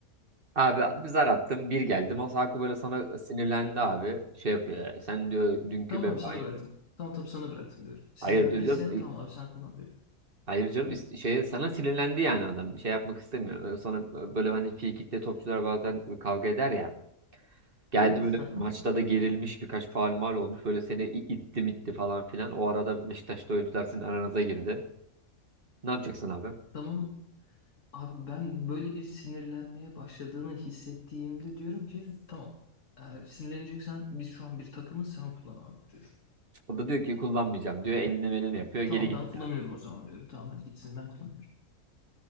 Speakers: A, on the right; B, on the left.
A: Abi bir zar attım bir geldi. Masako böyle sana sinirlendi abi. Şey yapıyor yani, Sen diyor dünkü
B: Tamam
A: bebe
B: abi sana
A: hayır.
B: bıraktım. Tamam tamam sana bıraktım diyorum. Sinirlendiyse
A: Hayır diyor canım.
B: tamam abi sen kullan diyorum.
A: Hayır canım
B: Hı.
A: ist- şey sana sinirlendi yani adam. Şey yapmak istemiyor. Böyle sana böyle hani frikikte topçular bazen kavga eder ya. Geldi
B: Evet.
A: böyle
B: hı hı.
A: maçta da gerilmiş birkaç faul mal olmuş. Böyle seni i- itti mitti falan filan. O arada Beşiktaş'ta oyuncular sizin aranıza girdi. Ne yapacaksın abi?
B: Tamam Abi ben böyle bir sinirlenmeye başladığını hissettiğimde diyorum ki tamam eğer sinirleneceksen biz şu an bir takımız sen kullan abi diyorum.
A: O da diyor ki kullanmayacağım diyor. Elini melini yapıyor. Geri
B: Tamam
A: gitti.
B: ben kullanıyorum o zaman diyorum. Tamam hadi gitsin ben kullanıyorum.